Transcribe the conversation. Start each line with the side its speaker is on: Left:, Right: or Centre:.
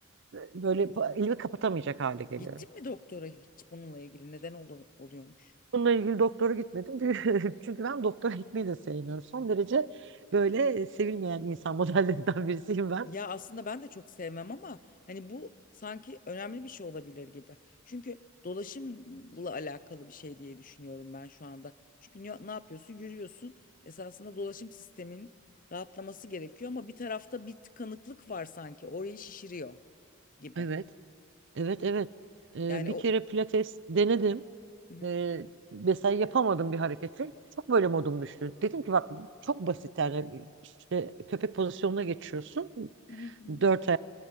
Right: böyle pa- elimi kapatamayacak hale geliyorum.
Left: Gittin mi doktora hiç bununla ilgili? Neden olu- oluyormuş?
Right: Bununla ilgili doktora gitmedim. <laughs> Çünkü ben doktora gitmeyi de sevmiyorum. Son derece böyle sevilmeyen insan <laughs> modellerinden birisiyim ben.
Left: Ya aslında ben de çok sevmem ama hani bu sanki önemli bir şey olabilir gibi. Çünkü dolaşımla alakalı bir şey diye düşünüyorum ben şu anda. Çünkü ne, ne yapıyorsun? Yürüyorsun. Esasında dolaşım sistemin rahatlaması gerekiyor ama bir tarafta bir tıkanıklık var sanki. Orayı şişiriyor gibi.
Right: Evet, evet, evet. E,
Left: Yani
Right: bir
Left: o
Right: kere pilates denedim.
Left: Hı hı.
Right: e, mesela yapamadım bir hareketi. Çok böyle modum düştü. Dedim ki bak bu çok basit yani işte köpek pozisyonuna geçiyorsun.
Left: Hı hı hı.
Right: Dört ayak